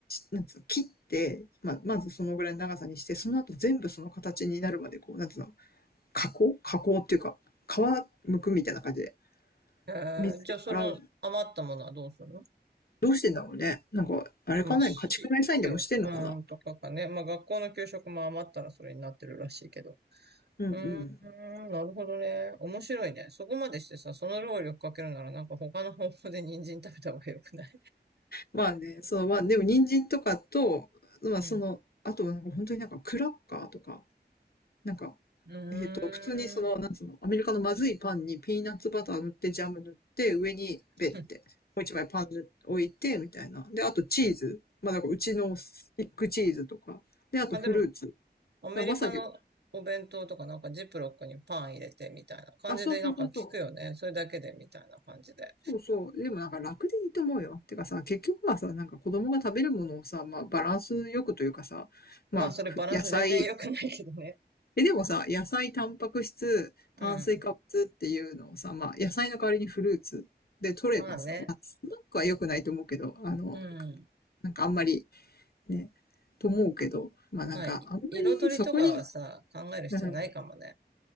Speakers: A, on the left; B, on the right.
A: なんつうの、切って、まあ、まずそのぐらいの長さにして、その後全部その形になるまで、こう、なんつうの、加工加工っていうか、皮剥くみたいな感じで、
B: えー、
A: 水で洗う。
B: じゃあその余ったものはどうするの
A: どうしてんだろうね。なんか、あれかな家畜内サインでもしてんのかな
B: あ、まあ、し資料、うん、とかかね。まあ学校の給食も余ったらそれになってるらしいけど。
A: うんうん。
B: うーん、なるほどね。面白いね。そこまでしてさ、その労力かけるならなんか他の方法で人参食べた方がよくない
A: まあね、そう、まあ、でも人参とかと、まあその、
B: うん。
A: あとはなんか本当になんかクラッカーとか、なんか、
B: <laughs> うーん。
A: えっ、と、普通にその、なんつうの、アメリカのまずいパンにピーナッツバター塗って、ジャム塗って、上にベッて、
B: <laughs>
A: もう一枚パン塗って置いて、みたいな。で、あとチーズ。まあ、なんかうちのスティックチーズとか。で、あとフルーツ。
B: まあでも、
A: だか
B: アメリカのお弁当とかなんかジップロックにパン入れてみたいな感じでなんか聞くよね。
A: らまさに、あ、そうそうそうそう。
B: それだけでみたいな感じで。
A: そうそう。でもなんか楽でいいと思うよ。てかさ、結局はさ、なんか子供が食べるものをさ、まあバランスよくというかさ、まあふ野菜、
B: まあそれバランス全然良くないけどね。
A: え、でもさ、野菜、タンパク質、
B: うん。
A: 炭水化物っていうのをさ、まあ、野菜の代わりにフルーツで取ればさ、
B: まあね。
A: まあ、スナックは良くないと思うけど、あの、
B: うん。
A: なんかあんまりね、と思うけど、まあなんかあんまりそこに、
B: まあ、い彩りとかはさ、考える必要ないかもね。
A: うん